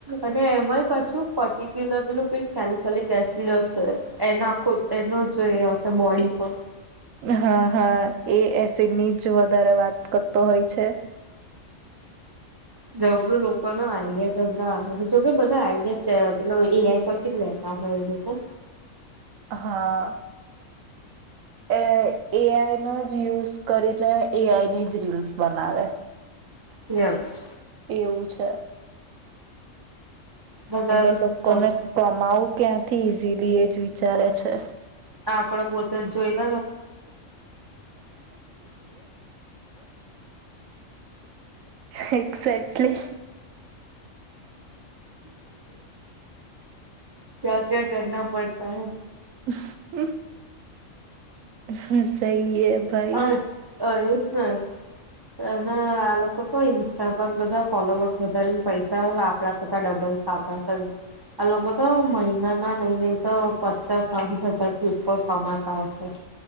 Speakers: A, on the right (about 35°); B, on the right (about 80°).
A: અને એમાંય પાછું પર્ટિક્યુલર કંઈક સેલિસિલિક એસિડ હશે, એના આખો એનો જ હશે બોડી પર...
B: હા, હા, એ એસિડની જ વધારે વાત કરતો હોય છે.
A: જબરું લોકોના આઈડિયા જબરા આવે છે, જોકે બધા આઈડિયાલ એઆઈ પરથી જ લેતા હોય, એ લોકો.
B: હા. એ એઆઈનો જ યુઝ કરીને, એઆઈની જ રીલ્સ બનાવે.
A: યશ.
B: એવું છે.
A: બધા
B: એટલે લોકોને કમાવું ક્યાંથી ઈઝીલી, એ જોઈ... વિચારે છે.
A: આપડે પોતે જ જોઈ લ
B: એક્ઝેક્ટલી
A: ક્યાં ક્યાં કરના પડતા
B: <inaudible> હ સહી એ
A: હ
B: ભાઈ
A: એજ એના આ લોકો તો ઇન્સ્ટા પર બધા ફોલોવર્સ વધારેને પૈસા આપડા કરતા ડબલ્સ આ લોકો તો મહિના ના નહી નઈ તો પચાસ સાહીઠ હજારથી ઉપર કમાતા હશે.